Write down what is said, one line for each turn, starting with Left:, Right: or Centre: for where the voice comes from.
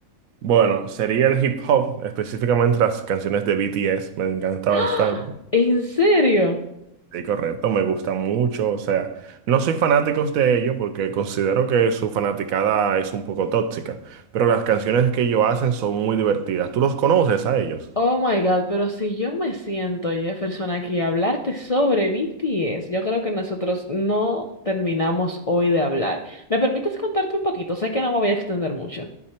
Right: Bueno, sería el hip hop, específicamente las canciones de BTS, me encanta
Left: ¡Ah!
Right: bastante.
Left: ¿En serio?
Right: Sí, correcto, me gusta mucho, o sea, no soy fanático de ellos porque considero que su fanaticada es un poco tóxica, pero las canciones que ellos hacen son muy divertidas. ¿Tú los conoces a ellos?
Left: Oh my God, pero si yo me siento, Jefferson, aquí a hablarte sobre BTS, yo creo que nosotros no terminamos hoy de hablar. ¿Me permites contarte un poquito? Sé que no me voy a extender mucho.